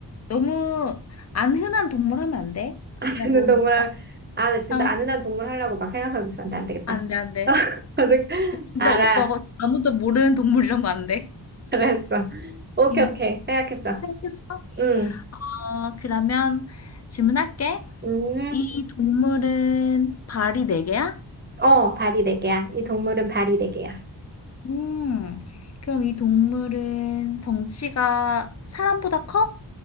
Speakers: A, on the left; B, on the right.
A: 너무 안 흔한 동물 하면 안 돼?
B: 아는
A: 나 모르니까.
B: 동물 할- 아, 나 진짜
A: 어,
B: 아는 한 동물 하려고 막 생각하고 있었는데 안 되겠다.
A: 안 돼, 안 돼.
B: <laughs>
A: 진짜
B: 알아
A: 오빠가 아무도 모르는 동물 이런 거 안 돼.
B: 알았어. 오케이
A: 응.
B: 오케이 생각했어.
A: 생각했어?
B: 음
A: 어, 그러면 질문할게.
B: 음
A: 이 동물은 발이 네 개야?
B: 어 발이 네 개야. 이 동물은 발이 네 개야.
A: 음. 그럼 이 동물은 덩치가 사람보다 커?